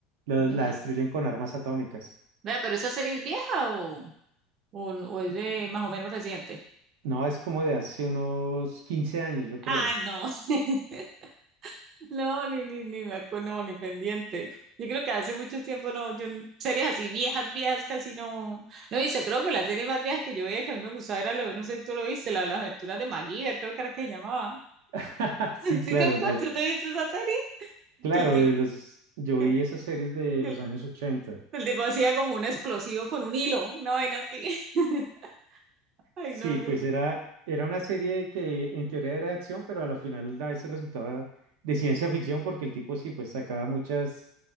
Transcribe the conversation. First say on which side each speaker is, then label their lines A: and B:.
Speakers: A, on the right (about 80°); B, on the right (about 35°).
A: Lo-
B: Vea.
A: la destruyen con armas atómicas.
B: Vea, pero esa serie es vieja o, o, o es de más o menos reciente.
A: No, es como de hace unos 15 años, yo creo.
B: Ah, no. <laughs> No, ni, ni, ni me acuerdo, no, ni pendiente. Yo creo que hace mucho tiempo no, yo n- series así viejas, viejas casi no. No he creo que la serie más vieja que yo veía que a mí me gustaba era lo, no sé si tú lo viste, la de las aventuras de MacGyver, creo que era que se llamaba.
A: <laughs>
B: <laughs>
A: Sí,
B: ¿Sí
A: claro,
B: te acuerdas?
A: yo.
B: ¿Tú te viste esa serie?
A: Claro,
B: Que el, ti-
A: de los, yo
B: que
A: vi
B: el,
A: esas series de
B: que
A: los
B: el,
A: años 80.
B: el tipo hacía como un explosivo con un hilo, una vaina así. <laughs> Ay,
A: Sí,
B: no, me
A: pues era, era una serie que en teoría era de acción, pero a la final a veces resultaba de ciencia ficción porque el tipo sí, pues sacaba muchas,